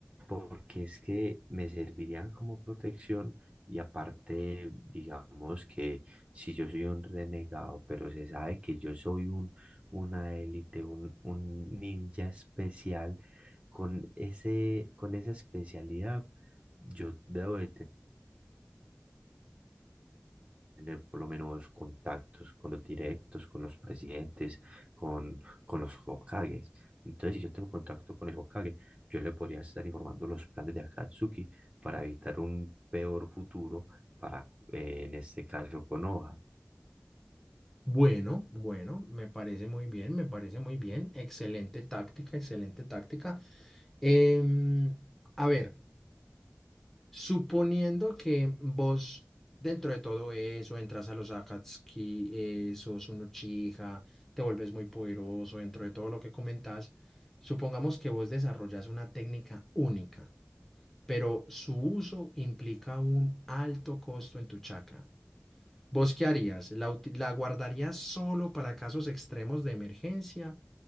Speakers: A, on the right; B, in the centre.
A: porque es que me servirían como protección y aparte, digamos que si yo soy un renegado, pero se sabe que yo soy un, una élite, un, un ninja especial, con ese, con esa especialidad, yo debo de tener por lo menos contactos con los directos, con los presidentes, con, con los Hokages. Entonces, si yo tengo contacto con el Hokage, yo le podría estar informando los planes de Akatsuki para evitar un peor futuro para, eh, en este caso, Konoha.
B: Bueno, bueno, me parece muy bien, me parece muy bien. Excelente táctica, excelente táctica. Em, a ver, suponiendo que vos dentro de todo eso entras a los Akatsuki, eh, sos un Uchiha, te vuelves muy poderoso dentro de todo lo que comentás, supongamos que vos desarrollas una técnica única, pero su uso implica un alto costo en tu chakra. ¿Vos qué harías? ¿La, uti- la guardarías solo para casos extremos de emergencia?